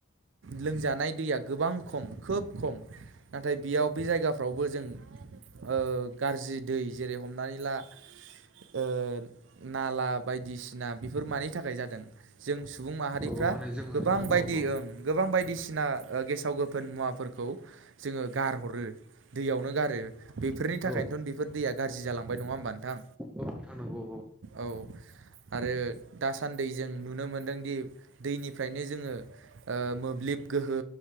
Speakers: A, on the right; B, in the centre.
A: लोंजानाय दैया गोबां खम खोब खम। नाथाय बेयाव बे जायगाफ्रोराववबो जों ओ गाज्रि दै जेरै- हमनानै ला ओ नाला बायदिसिना बेफोर मानि थाखाय जादों जों सुबुं माहारि
B: औ
A: फ्रा
B: माने जोङो
A: गोबां बायदि
B: औ
A: ओं गोबां बायदि बायदिसिना ओ गेसाव- गोफोन मुवाफोरखौ जोङो गारहरो, दैयावनो गारो बेफोरनि
B: औ
A: थाखायनोथ' बेफोर दैया गाज्रि जालांबाय नङा होमबा नोंथां?
B: नोंथां औ औ नंगौ।
A: औ आरो दासान्दि जों नुनो मोनदोंदि दैनिफ्रायनो जोङो ओ मोब्लिब गोहो